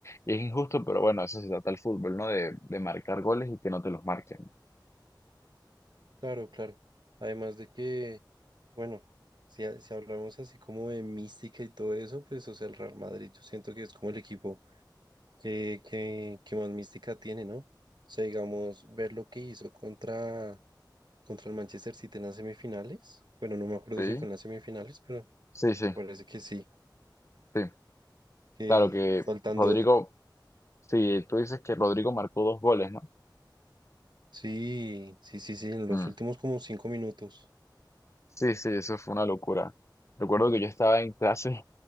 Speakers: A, on the left; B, on the right.
A: y es injusto, pero bueno, eso se trata el fútbol, ¿no? De, de marcar goles y que no te los marquen.
B: Claro, claro. Además de que, bueno, si, ha- si hablamos así como de mística y todo eso, pues, o sea, el Real Madrid, yo siento que es como el equipo qué, qué, qué más mística tiene, ¿no? O sea, digamos, ver lo que hizo contra, contra el Manchester City en las semifinales. Bueno, no me acuerdo
A: Sí,
B: si fue en las semifinales, pero
A: sí, sí,
B: me parece que sí.
A: sí.
B: Que
A: Claro que
B: faltando,
A: Rodrigo, sí, tú dices que Rodrigo marcó dos goles, ¿no?
B: sí, sí, sí, sí, en los
A: Mm.
B: últimos como cinco minutos.
A: Sí, sí, eso fue una locura. Recuerdo que yo estaba en clase,